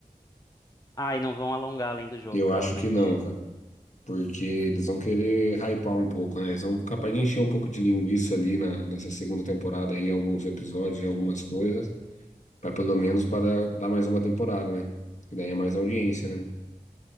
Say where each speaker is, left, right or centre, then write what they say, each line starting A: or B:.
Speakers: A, on the left (about 25°); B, on the left (about 55°).
A: Ah, e não vão alongar além do jogo,
B: Eu
A: provavelmente.
B: acho que não, cara. Porque eles vão querer hypar um pouco, né? Eles vão capaz de encher um pouco de linguiça ali na, nessa segunda temporada aí, em alguns episódios, em algumas coisas, para pelo menos para dar mais uma temporada, né? Que daí é mais audiência, né?